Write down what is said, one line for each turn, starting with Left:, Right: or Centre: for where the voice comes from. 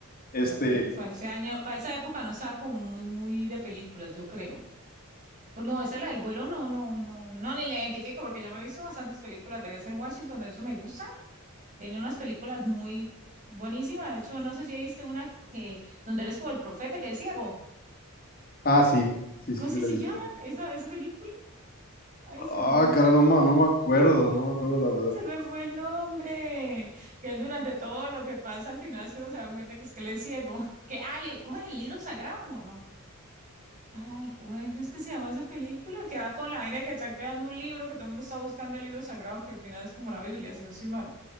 Left: Este,
Right: No, creo que fue ese año. Para esa época no estaba como muy, muy de películas, yo creo. Pues no, esa es la del vuelo, no, no, no, no, ni la identifico porque yo me he visto bastantes películas de ese Washington, de eso me gusta. Tiene unas películas muy buenísimas. De hecho, no sé si viste una que donde él es como el profeta, que es ciego.
Left: ah, sí, sí,
Right: ¿Cómo
Left: sí,
Right: es
Left: se
Right: que
Left: la
Right: se
Left: he visto.
Right: llama esa, esa película? Ay, se
Left: Ah,
Right: me fue el
Left: cara,
Right: nombre.
Left: no, ma- no me acuerdo, no me acuerdo la verdad.
Right: Se me fue el nombre. Que él durante todo lo que pasa al final es que uno se da cuenta que es que él es ciego. <laughs> Que, ah, li- ¿cómo es el libro sagrado? No, no. Ay, ¿cómo es, es que se llama esa película? Que va con la vaina de que está creando un libro, que todo el mundo está buscando el libro sagrado, que al final es como la Biblia, si no estoy mal.